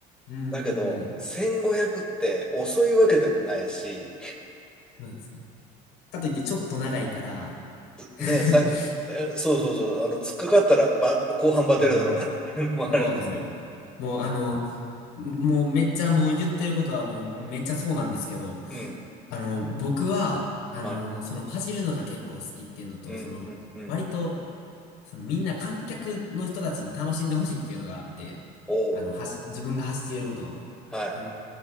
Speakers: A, on the left; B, in the centre.
A: ーん。
B: だけど、1500って遅いわけでもないし、
A: そうですね。かといってちょっと長いから。<laughs>
B: ね、さっき、えそうそうそう、あの、突っかかったらば、後半バテるだろうなっていうのもあるんです。
A: うーん。そうですね。もうあの、もうめっちゃもう言ってることはもうめっちゃそうなんですけど、
B: うん、
A: あの、僕は、あの、
B: はい。
A: その走るのが結構好きっていうのと、
B: うん、
A: その、
B: うん、うん。
A: 割と、そのみんな観客の人たちに楽しんでほしいっていうのがあって、
B: お
A: あの、走、自分が走っていることを、
B: おはい。
A: あの、